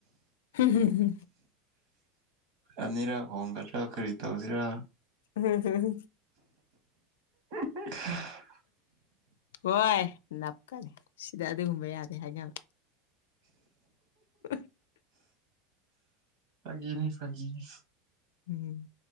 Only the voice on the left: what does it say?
ꯍꯨꯝ ꯍꯨꯝ ꯍꯝ
ꯎꯝ ꯍꯝ <unintelligible>
ꯍꯣꯏ ꯅꯞꯀꯅꯤ ꯁꯤꯗ ꯑꯗꯨꯒꯨꯝꯕ ꯌꯥꯗꯦ ꯍꯥꯏꯅꯕ <unintelligible>
ꯎꯝ